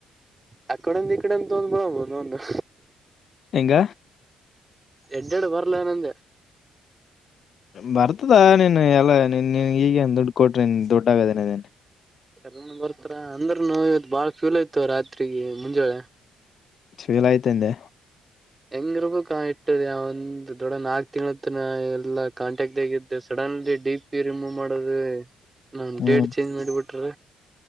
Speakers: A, on the right (about 20°); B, on the left (about 60°).
A: ಅ ಕಡೆ ಒಂದ್ ಈ ಕಡೆ ಒಂದ್ ತೊಣ್ ಬಾ ಒಂದು.
B: ಹೆಂಗ
A: ಎಡ್ಡೆಡ ಬರ್ಲೇನಂದೆ.
B: ಬರ್ತದ ನೀನ್ ಎಲ್ಲಾ ನಿನ್ ಈಗ ದುಡ್ಡು ಕೊಟ್ರಿ ನೀ ದುಡ್ಡ ಆಗದೇನೆ ನೀನ್.
A: ಎಲ್ಲನೂ ಬರ್ತಾರ ಅಂದ್ರುನು ಇವತ್ ಬಾಳ ಫ್ಯೂಲ್ ಆಯ್ತು ರಾತ್ರಿಗೆ ಮುಂಜಾಳೆ.
B: <unintelligible> ಆಯ್ತಂದೆ.
A: ಹೆಂಗರ್ಬೇಕ್ ಇಟ್ಟದೆ ಒಂದ್ ದೊಡ್ಡ ನಾಲ್ಕ್ ತಿಂಳತ್ ಎಲ್ಲಾ ಕಾಂಟ್ಯಾಕ್ಗ್ದ ಸಡನ್ ಡಿ ಪಿ ರಿಮೂವ್ ಮಾಡೋದು ನ
B: ಹ್ಮ್
A: ಡೇಟ್ ಚೇಂಜ್ ಮಾಡಿಬಿಟ್ರ.